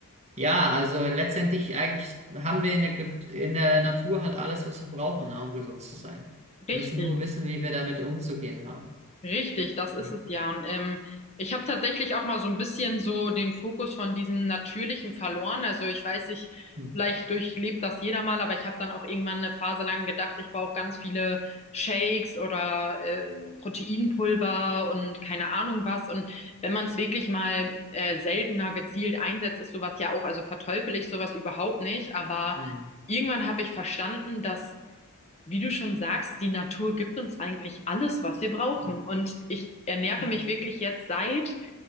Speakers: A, on the right (about 30°); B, on the left (about 30°).
A: ja, also letztendlich eigentlich haben wir in der, Ge- in der Natur halt alles, was wir brauchen, ne, um gesund zu sein.
B: Richtig.
A: Wir müssen nur wissen, wie wir damit umzugehen haben.
B: Richtig, das ist
A: Ja.
B: es ja. Und ähm, ich habe tatsächlich auch mal so ein bisschen so den Fokus von diesem Natürlichen verloren. Also ich weiß nicht,
A: Hm,
B: vielleicht durchlebt das jeder mal, aber ich habe dann auch irgendwann eine Phase lang gedacht, ich brauche ganz viele Shakes oder ähm, Proteinpulver und keine Ahnung was. Und wenn man es wirklich mal äh, seltener gezielt einsetzt, ist sowas ja auch, also verteufel ich sowas überhaupt nicht, aber
A: hm,
B: Irgendwann habe ich verstanden, dass wie du schon sagst, die Natur gibt uns eigentlich alles, was wir brauchen.
A: ja.
B: Und ich ernähre
A: Hm,
B: mich wirklich jetzt seit